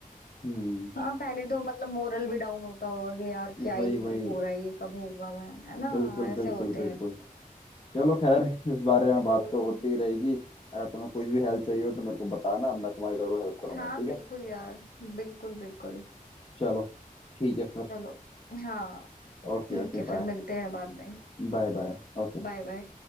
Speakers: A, on the left; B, on the left.
A: हम्म
B: हाँ पहले तो मतलब मोरल भी डाउन होता होगा कि यार क्या ही
A: वही वही
B: हो रहा है ये कब होगा मैं है ना
A: बिल्कुल
B: ऐसे
A: बिल्कुल
B: होते
A: बिल्कुल
B: हैं
A: चलो खैर इस बारे में
B: पर
A: बात
B: कोई
A: तो
B: नहीं
A: होती ही रहेगी अगर तुम्हें कुछ भी हेल्प चाहिए हो तो मेरे को बताना मैं तुम्हारी जरूर हेल्प करूंगा
B: हाँ
A: ठीक
B: बिल्कुल
A: है
B: यार बिल्कुल बिल्कुल
A: चलो ठीक है sir
B: चलो हाँ
A: Okay
B: ठीक
A: okay
B: है
A: bye
B: फिर मिलते हैं बाद में
A: Bye bye Okay
B: Bye bye